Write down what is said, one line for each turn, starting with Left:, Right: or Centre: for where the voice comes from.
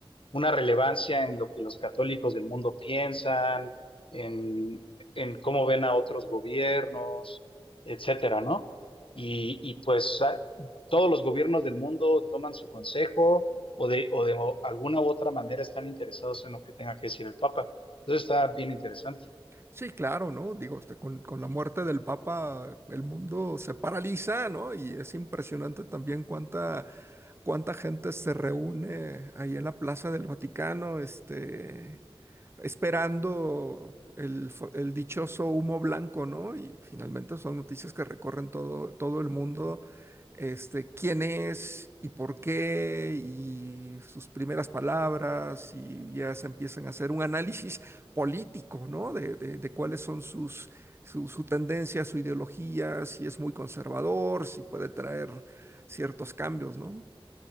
Left: una relevancia en lo que los católicos del mundo piensan, en, en cómo ven a otros gobiernos, etcétera, ¿no? Y, y, pues a- todos los gobiernos del mundo toman su consejo o de, o de alguna u otra manera están interesados en lo que tenga que decir el Papa. Entonces está bien interesante.
Right: sí, claro, ¿no? Digo, este, con, con la muerte del Papa el mundo se paraliza, ¿no? Y es impresionante también cuánta, cuánta gente se reúne ahí en la Plaza del Vaticano, este, esperando el, fo- el dichoso humo blanco, ¿no? Y finalmente son noticias que recorren todo, todo el mundo, este, quién es y por qué, y sus primeras palabras, y ya se empiezan a hacer un análisis político, ¿no? De, de- de cuáles son sus, su, su tendencia, su ideología, si es muy conservador, si puede traer ciertos cambios, ¿no?